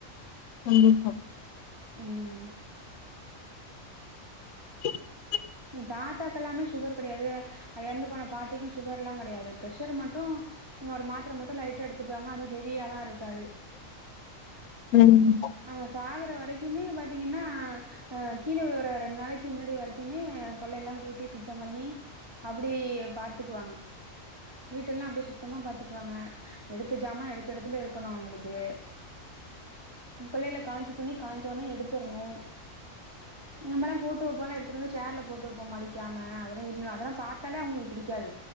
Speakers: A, on the left; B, on the right.
A: கண்டிப்பா
B: உம்
A: <inaudible>
B: தாத்தாக்கு எல்லாமே சுகர் எப்டியாவது எறந்து போன பாட்டிக்கு சுகர் எல்லா கெடயாது பிரஷர் மட்டு ஒரு மாத்ர மட்டு லைட்டா எடுத்துகுவாங்க அது ஹெவியாலா இருக்காது
A: ம்
B: அ சாகுர வரைக்குமே பாத்தீங்கன்னா அ கீழ விழுகுற ஒரு ரெண்டு நாளைக்கு முன்னாடி வரைக்குமே கொள்ளைய எல்லா கூட்டி சுத்தம் பண்ணி அப்டி பாத்துக்குவாங்க வீட்டெல்லா அப்டியே சுத்தமா பாத்துக்குவாங்க எடுத்த ஜாமா எடுத்த எடத்துல இருக்கணு அவுங்களுக்கு கொள்ளைய காயஞ்சு துணி காயஞ்சோனே எடுத்துடணும் நம்மல்லாம் போட்டு வைப்போல்லாம் எடுத்துட்டு வந்து சேர்ல போட்டு வைப்போம் மடிக்காம அதெல்லாம் இருந்து அத பார்த்தாலே அவுங்களுக்கு புடிக்காது